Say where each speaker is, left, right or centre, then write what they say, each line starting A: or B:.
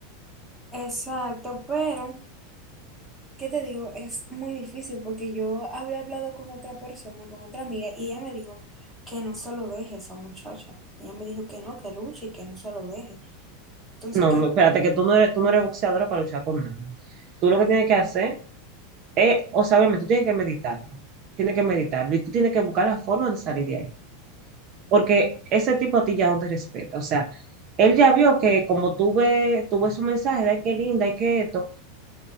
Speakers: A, in the centre; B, on the right.
A: Exacto, pero, ¿qué te digo? Es muy difícil porque yo había hablado con otra persona, con otra amiga, y ella me dijo que no se lo deje a esa muchacha. Ella me dijo que no, que luche y que no se lo deje. Entonces,
B: No,
A: ¿qué
B: me- espérate, que tú no eres, tú no eres boxeadora para luchar con nadie. Tú lo que tienes que hacer es, o sea, obviamente, tú tienes que meditarlo. Tienes que meditarlo y tú tienes que buscar la forma de salir de ahí. Porque ese tipo a ti ya no te respeta. O sea, él ya vio que como tú ves, tú ves su mensaje de "Ay, qué linda, y qué esto,